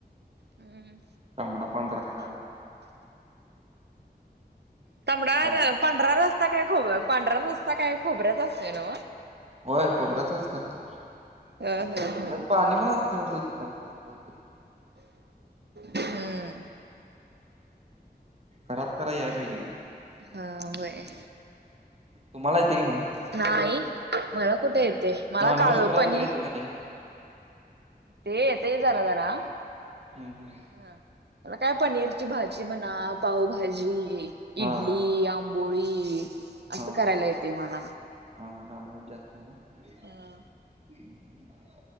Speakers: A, on the right; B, on the right.
A: हम्म.
B: तांबडा पांढरा खायाला.
A: तांबडा!
B: <inaudible>
A: पांढरा रस्सा काय खोब पांढरा रस्सा काय खोबऱ्याचा असतोय नव्ह.
B: व्हयं खोबऱ्याचाच करत्यात.
A: हं हं हं!
B: त्यात पाणीं पन असतं वाटत <unintelligible>
A: हम्म
B: घरात करायां याया पहिजे.
A: हा व्हय.
B: तुम्हाला येते का नाही?
A: नाही मला कुठे येते, मला
B: नॉनव्हेज
A: काजू
B: कराय
A: पनीर
B: तर येते का नाही
A: ते येतय जरा जरा.
B: हूं हूं!
A: हा मला काय पनीरची भाजी म्हणा, पावभाजी इडली,
B: हा
A: आं- पोळी असं
B: हा
A: करायला येते मला.
B: हा नाॅन वेज जास्त नाही ना.
A: हा!
B: <inaudible>